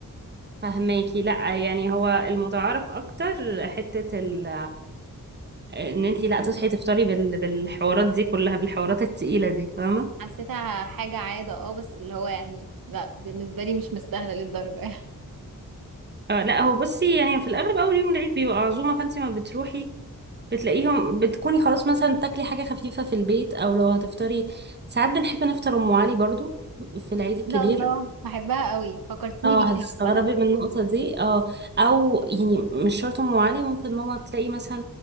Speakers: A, on the right; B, on the right.
A: فهماكي لا يعني هو المتعارف اكتر حتة ال... ان انتي لا تصحي تفطري بال... بالحوارات دي كلها بالحوارات التقيلة دي فاهمة
B: حسيتها حاجة عادة اه بس اللي هو يعني لا بالنسبة لي مش مستاهلة للدرجة يعني <laughs>
A: آه لا هو بصي يعني في الاغلب اول يوم العيد بيبقى عزومة فانتي ما بتروحي بتلاقيهم بتكوني خلاص مثلا بتاكلي حاجة خفيفة في البيت او لو هتفطري ساعات بنحب نفطر ام علي برضو في العيد الكبير
B: ده الله بحبها قوي فكرتيني
A: اه
B: بيها
A: هتستغربي
B: عامة
A: من النقطة دي اه او يعني مش شرط ام علي ممكن ماما تلاقي مثلا